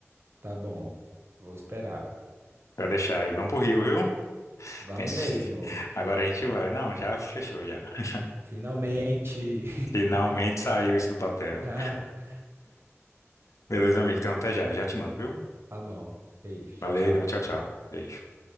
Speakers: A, on the right (about 55°); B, on the left (about 80°).
A: Tá bom, vou esperar.
B: Pra deixar aí. Vamos pro Rio, viu?
A: Vamos
B: Pense.
A: mesmo.
B: <laughs> Agora a gente vai. Não, já fechou, já. <laughs>
A: Finalmente.
B: Finalmente saiu isso do papel.
A: <laughs>
B: Beleza, amigo? Então até já. Já te mando, viu?
A: Tá bom. Beijo, tchau,
B: Valeu,
A: tchau.
B: tchau, tchau. Beijo.